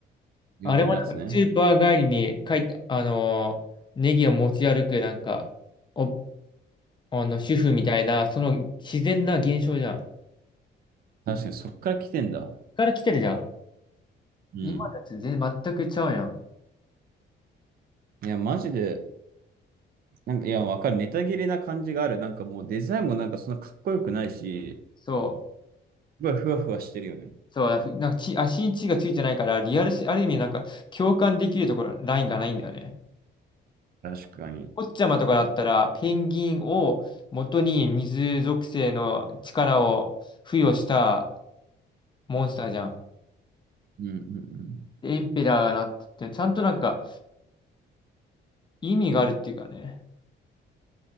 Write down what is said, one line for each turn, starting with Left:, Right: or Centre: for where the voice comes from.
Right: 有名なやつね。
Left: あれもなんかスーパー帰りに書いて、あのーネギを持ち歩く、なんか、お、あの、主婦みたいな、その自然な現象じゃん。
Right: 確かに、そっから来てんだ。
Left: から来てるじゃん。
Right: うん。
Left: 今のやつ全然全くちゃうやん。
Right: いや、マジで、なんか、いや、わかる。ネタ切れな感じがある。なんかもうデザインもなんかそんなかっこよくないし、
Left: そう。
Right: すごいふわふわしてるよね。
Left: そう、なんか血、足に血がついてないから、リアルし、ある意味なんか共感できるところ、ラインがないんだよね。
Right: 確かに。
Left: ポッチャマとかだったら、ペンギンを元に水属性の力を付与したモンスターじゃん。
Right: うんうんうん。
Left: エンペラーがなってて、ちゃんとなんか意味があるっていうかね。